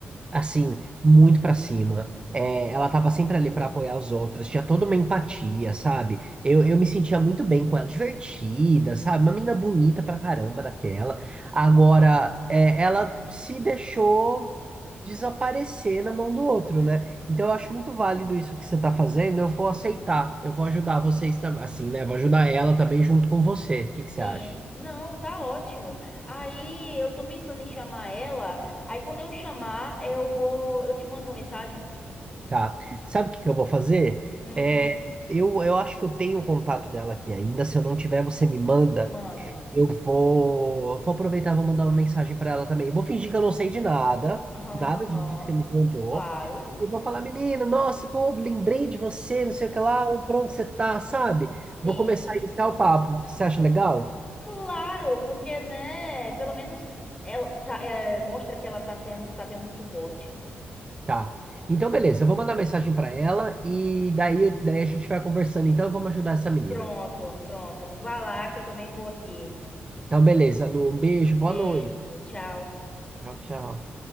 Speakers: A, on the right; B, on the left.
A: assim, muito pra cima. É, ela tava sempre ali pra apoiar os outros, tinha toda uma empatia, sabe? Eu, eu me sentia muito bem com ela, divertida, sabe? Uma menina bonita pra caramba daquela.
B: Sim.
A: Agora, é, ela se deixou desaparecer na mão do outro, né? Então eu acho muito válido isso que você tá fazendo, eu vou aceitar, eu vou ajudar vocês também, assim, né? Vou ajudar ela também junto com você. O que que você
B: Sim.
A: acha?
B: Não, tá ótimo. Aí eu tô pensando em chamar ela. Aí quando eu chamar, eu vou. Eu te mando uma mensagem?
A: Tá. Sabe o que que eu vou fazer?
B: Hum,
A: É, eu, eu acho que eu tenho o contato dela aqui ainda. Se eu não tiver, você me manda.
B: mando.
A: Eu vou, vou aproveitar, e vou mandar uma mensagem pra ela também. Eu Vou fingir que eu não sei de nada,
B: Aham,
A: nada
B: aham.
A: disso que você me contou.
B: Claro.
A: E vou falar, menina, nossa, pô, lembrei de você, não sei o que lá, por onde você tá, sabe?
B: Sim,
A: Vou começar
B: sim.
A: a iniciar o papo. Você acha legal?
B: Claro, porque, né? Pelo menos ela tá, é, mostra que ela tá sendo, tá tendo um suporte.
A: Tá. Então, beleza, eu vou mandar mensagem pra ela e daí, daí a gente vai conversando. Então, vamos ajudar essa menina.
B: Pronto, pronto. Vá lá que eu também vou aqui.
A: Então, beleza, Lu, um beijo, boa
B: Beijo,
A: noite.
B: tchau.
A: Tchau, tchau.